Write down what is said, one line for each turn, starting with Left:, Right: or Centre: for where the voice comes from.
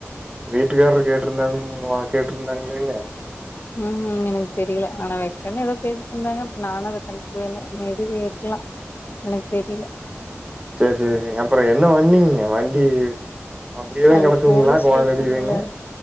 Right: வீட்டுக்காரர் கேடருந்தானுங் வா கேட்ருந்தாங்ளேங்க
Left: ம்ஹூம் எனக்கு தெரியல ஆனா வெக்கன்னு எதோ பேசிட்டுருந்தாங்க நானு அத கண்டுக்குவே இல்ல <unintelligible> எனக்கு தெரில
Right: செர் செரிங்க அப்பறோ என்ன வண்ணீங்க வண்டி அப்படியேதா
Left: அதுக்கு
Right: கெடக்குதுங்ளா
Left: போலீஸ்
Right: <unintelligible>
Left: ஸ்டேஷன்ல